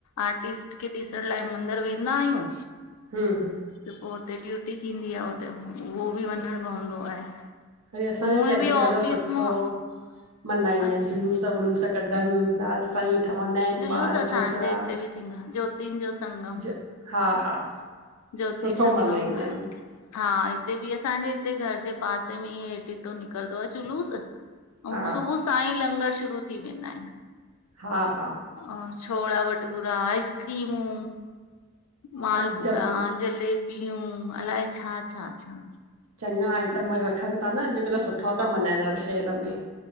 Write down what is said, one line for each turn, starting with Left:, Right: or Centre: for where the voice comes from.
Left: आर्टिस्ट खे ॾिसण लाइ मंदिर वेंदा आहियूं
Right: हमहम
Left: त पो हुते ड्यूटी थींदी आ हुते उहो बि वञण पवंदो आहे।
Right: असाजे
Left: उहे
Right: साइड बि
Left: ऑफिस
Right: ॾाढो सुठो
Left: मां
Right: हो मनाईंदा
Left: अच
Right: आहिनि, जुलूस वुलूस कढदानि लाल साईं ठहंदा आहिनि
Left: जुलूसु
Right: ॿार
Left: असांजे
Right: छोकिरा
Left: हिते बि थींदो आ ज्योतिनि जो संगम
Right: ज हा हा
Left: ज्योति
Right: सुठो
Left: संगम
Right: मल्हाईंदा आहिनि
Left: हा हिते ब़ि असांजे हिते घर जे पासे में ई हेठ हितो निकिरंदो आ जुलूस अऊ
Right: हा
Left: सुबु साई लंगर शुरू थी वेंदा आहिनि।
Right: हा हा
Left: अ छोला भटूरा आइस् क्रीमूं मालपुरा
Right: अॼु जम
Left: जलेबियूं अलाए छा छा छा
Right: चङा
Left: मतिलबु
Right: आइटम रखनि था न अॼुकल्ह सुठा ता मल्हाइनि हर शहर में